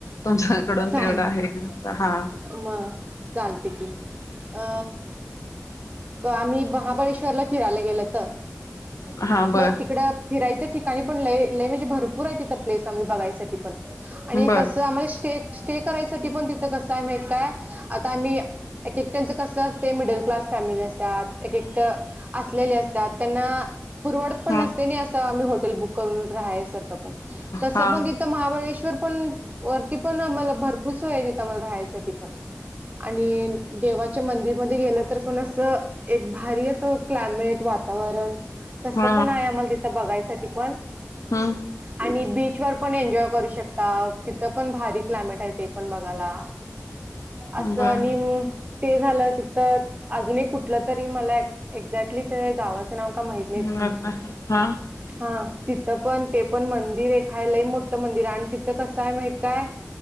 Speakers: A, on the left (about 75°); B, on the right (about 25°).
A: तुमच्याकडून
B: चाल
A: तेवढं आहे का हा
B: मग चालते कि अ आम्ही महाबळेश्वरला फिरायला गेलो तर
A: हा बर
B: मग तिकडं फिरायच्या ठिकाणी पण लय लय म्हणजे भरपूर आहे तथं प्लेस आम्ही बघायसाठी पण आणि
A: बर
B: तस आम्हाला स्टेक स्टे करायसाठी पण तिथं कस आहे माहीत काय आता आम्ही एक त्यांचं कसं असते मिडल क्लास फॅमिली असतात एक एकट असलेले असतात त्यांना पुरवडत पण
A: ह
B: नसते नाही असं आम्ही होॉटेल बुक करून राहायसारखं पण तसं
A: हा
B: पण त महाबळेश्वर पण वरती पण आम्हाला भरपूस वयता मला राहायसाठी पण आणि देवाच्या मंदिरमध्ये गेलं तर पण असं एक भारी असं क्लायमेट वातावरण तसं
A: ह
B: पण आहे आम्हाला तिथ बघायसाठी पण
A: हा
B: आणि बीचवरर पण एन्जॉय करू शकता तिथं पण भारी क्लायमेट आहे ते पण बघायला अस
A: बर
B: आणि ते झालं तिथं अजूनही कुठलं तरी मला एक्झॅक्टली ते गावाचं नाव का माहिित
A: ह् हा
B: हा तिथं पण ते पण मंदिर आहे खायलाही मोठं मंदिर आहे आणि तिथं कसं आहे माहित काय